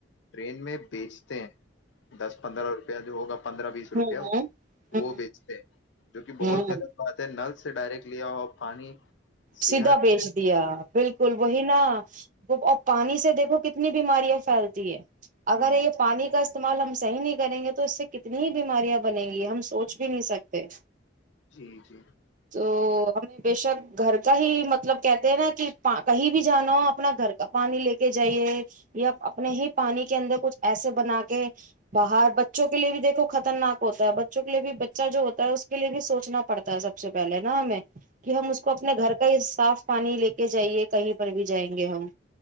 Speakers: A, on the left; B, on the right.
A: ٹرین میں بیچتے ہیں دس پندرہ روپیہ جو ہوگا پندرہ بیس
B: ہوں
A: روپیہ
B: ہوں ہ
A: وہ بیچتے ہیں جو بہت
B: ہ
A: غط
B: ہ
A: بات ہے نل سے ڈائریکٹ لیا اور پانی صحت
B: سیدھا بیچ
A: پہ-
B: دیا بالکل وہی نا اور پانی سے دیکھو کتنی بیماریاں پھیلتی ہے اگر
A: ہوں،
B: یہ پانی کا استعمال ہم صحیح نہیں کریں گے تو اس سے کتنی بیماریاں بنیں گی ہم سوچ بھی نہیں سکتے
A: <unintelligible>
B: تو ہمیں بشک گھر کا ہی مطلب کہتے ہیں نا کہ کہیں بھی جانا ہو اپنا گھر کا پانی لے کے جائیے یا اپنے ہی پانی کے اندر کچھ ایسے بنا کے باہر بچوں کے لیے بھی دیکھو خطرناک ہوتا ہے بچوں کے لیے بھی بچہ جو ہوتا ہے اس کے لیے بھی سوچنا پڑتا ہے سب سے پہلے نا ہمیں کہ کو اپنے گھر کا یہ صاف پانی لے کے جائیے کہیں پر بھی جائیں گے ہم